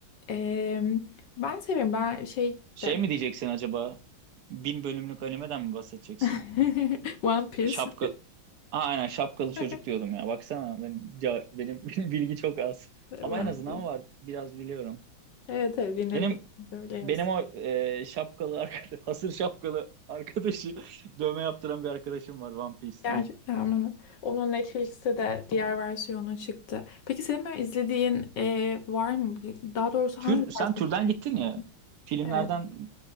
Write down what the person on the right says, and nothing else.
şey
mi diyeceksin acaba? Bin bölümlük animeden mi bahsedeceksin?
Şapka... Aa, aynen şapkalı çocuk
diyordum ya. Baksana benim ca- benim <laughs> bilgi çok az. Ama
en azından
var. Biraz biliyorum.
Benim
Benim o e, şapkalı arkadaş, <laughs> hasır şapkalı arkadaşı <laughs> dövme yaptıran bir arkadaşım var One Piece'ten.
Tür,
sen
türden gittin
ya. Filmlerden